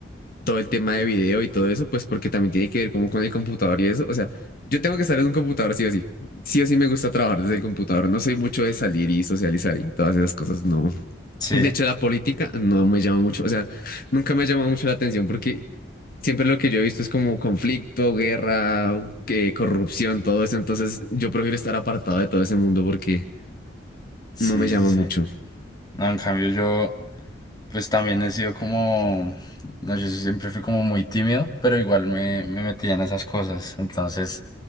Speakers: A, on the left; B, on the left.
A: todo el tema de video y todo eso, pues porque también tiene que ver como con el computador y eso. O sea, yo tengo que estar en un computador sí o sí. Sí o sí me gusta trabajar desde el computador. No soy mucho de salir y socializar y todas esas cosas, no.
B: Sí,
A: De hecho, la política no me llama mucho, o sea, nunca me ha llamado mucho la atención porque siempre lo que yo he visto es como conflicto, guerra, que- corrupción, todo eso. Entonces, yo prefiero estar apartado de todo ese mundo porque
B: sí,
A: no me llama
B: sí, sí.
A: mucho.
B: No, en cambio yo, pues también he sido como, no, yo sí siempre fui como muy tímido, pero igual me, me metía en esas cosas. Entonces,